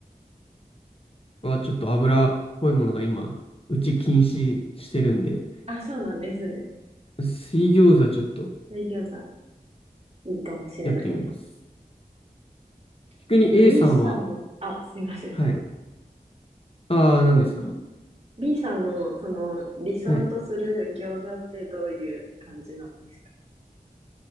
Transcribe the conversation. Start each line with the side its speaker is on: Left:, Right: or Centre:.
Left: 子はちょっと油っぽいものが今、うち禁止してるんで、
Right: あ、そうなんですね。
Left: 水餃子ちょっと
Right: 水餃子いいかもしれないですね。
Left: やってみます。逆に
Right: で、その
Left: A
Right: B
Left: さんは、
Right: さんの、あ、すいません。
Left: はい。ああ、何ですか
Right: B、B さんのその理想とする餃子ってどういう感じなんですか
Left: はい。